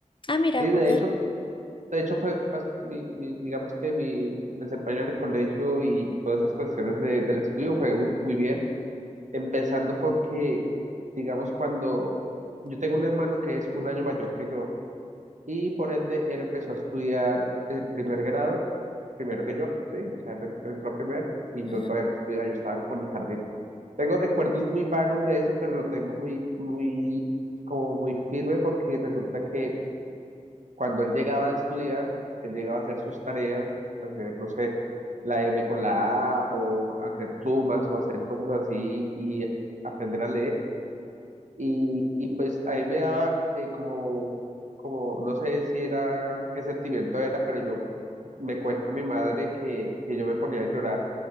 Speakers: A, on the left; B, on the right.
A: Ah, mira,
B: Sí, de
A: ok.
B: hecho, de hecho fue, bas- mi, mi- digamos que mi desempeño en el colegio y, y todas esas cuestiones de- del estudio fue u- muy bien, empezando porque, digamos, cuando yo tengo un hermano que es un año mayor que yo y por ende él empezó a estudiar el primer grado, primero que yo, sí, o sea, él, él entró primero y
A: Ujú.
B: yo todavía no estudiaba, yo estaba como en el jardín. Tengo recuerdos muy vagos de eso, pero lo tengo muy, muy, como muy firme porque resulta que cuando él llegaba a estudiar, él llegaba a hacer sus tareas, hacer, no sé, la M con la A o hacer sumas o hacer cosas así y aprender a leer. Y, y pues ahí me daba eh, como, como, no sé si era, qué sentimiento era, pero yo me cuenta mi madre que, que yo me ponía a llorar